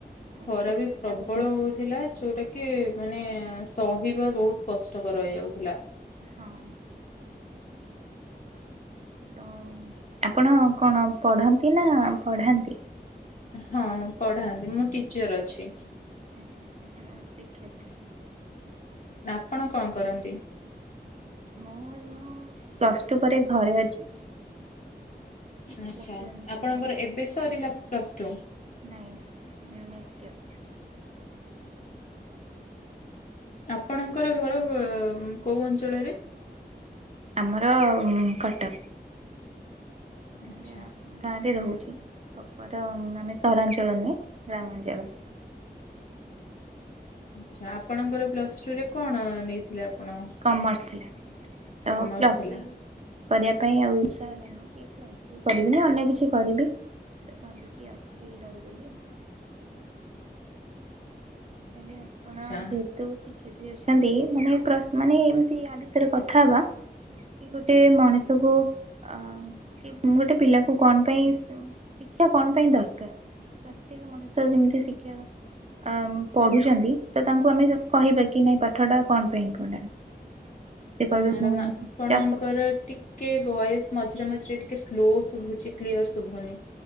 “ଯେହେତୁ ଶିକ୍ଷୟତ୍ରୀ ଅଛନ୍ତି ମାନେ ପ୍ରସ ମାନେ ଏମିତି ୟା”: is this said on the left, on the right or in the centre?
Right